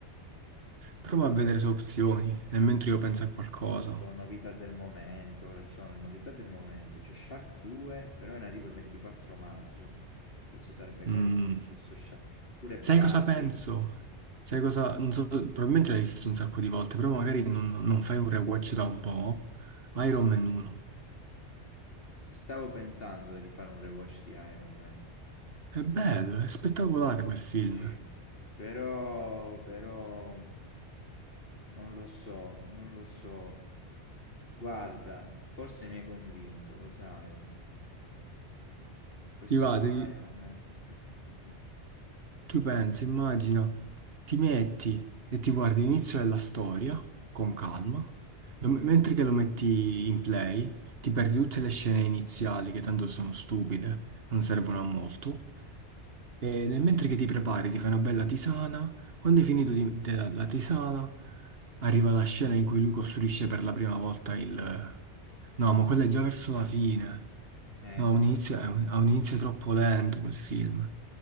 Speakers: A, on the right; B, on the left.
A: Prova a vedere se opzioni, nel mentre io penso a qualcosa.
B: con novità del momento, ora c'ho le novità del momento, c'è Shark 2, però è in arrivo il 24 maggio. Questo sarebbe carino,
A: Mm.
B: Mm. perché ho visto Shark. Pure
A: Sai
B: Barbie.
A: cosa penso? Sai cosa... Non so, probabilmente l'hai visto un sacco di volte, però magari non, non fai un rewatch da un po'. Iron Man 1.
B: Ci stavo pensando di fare un rewatch di Iron Man.
A: È bello, è spettacolare quel film.
B: Sì. Però, però, non lo so, non lo so. Guarda, forse mi hai convinto, lo sai. Questo
A: Ti va, ti-
B: Iron Man... mm, mm, mm, mm, mm.
A: tu pensi, immagina, ti metti e ti guardi l'inizio della storia, con calma, Lo- mentre che lo metti in play, ti perdi tutte le scene iniziali che tanto sono stupide, non servono a molto. E nel- mentre che ti prepari, ti fai una bella tisana. Quando hai finito di- de- la tisana, arriva la scena in cui lui costruisce per la prima volta il... No, ma quella è già verso la fine.
B: Eh,
A: No,
B: se
A: ha un
B: no,
A: inizio, è un- ha un inizio troppo lento quel film.